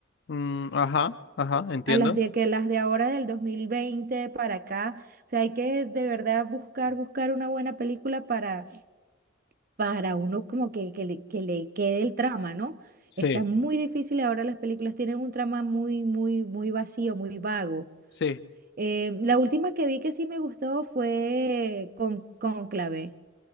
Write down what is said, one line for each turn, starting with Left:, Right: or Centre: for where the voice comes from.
Left: Mm, ajá, ajá, entiendo.
Right: A las de que las de ahora del 2020 para acá, o sea, hay que de verdad buscar, buscar una buena película para, para uno como que, que le, que le quede el trama, ¿no?
Left: Sí,
Right: Está muy difícil ahora las películas tienen un trama muy, muy, muy vacío, muy vago.
Left: sí,
Right: Eh, la última que vi que sí me gustó fue con Cónclave.